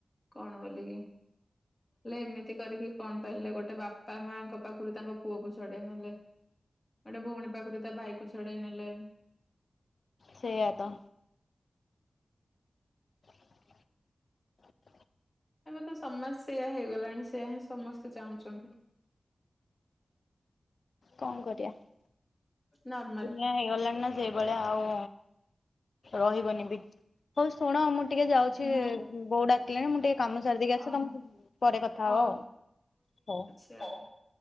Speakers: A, on the left (about 35°); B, on the left (about 65°).
A: କଣ ବୋଲିକି ହେଲେ ଏମିତି କରିକି କଣ ପାଇଲେ ଗୋଟେ ବାପା ମାଙ୍କ ପାଖରୁ ତାଙ୍କ ପୁଅ ଛଡ଼େଇ ନେଲେ ଗୋଟେ ଭଉଣୀ ପାଖରୁ ତା ଭାଇ କୁ ଛଡ଼େଇ ନେଲେ।
B: ସେଇଆ ତ ହଁ <unintelligible>
A: ଏବେ ତ ସମାଜ ସେଇୟା ହେଇଗଲାଣି ସେୟା ହିଁ ସମସ୍ତେ ଚାହୁଁଛନ୍ତି।
B: କଣ କରିବାଆ
A: ନର୍ମାଲ
B: ଦୁନିଆ ହେଇଗଲାଣି ନା ସେଇଭଳିଆ ଆଉ ରହିବନି ବି ହଉତ ଶୁଣ ମୁଁ ଟିକେ ଯାଉଛି
A: ହଁ
B: ବୋଉ ଡାକିଲେଣି ମୁଁ ଟିକେ କାମ ସାରିଦେଇକି ଆସେ
A: ଓହୋ।
B: ତମକୁ ପରେ କଥା
A: ହଉ
B: ହେବ ଆଉ ହଉ
A: <inaudible>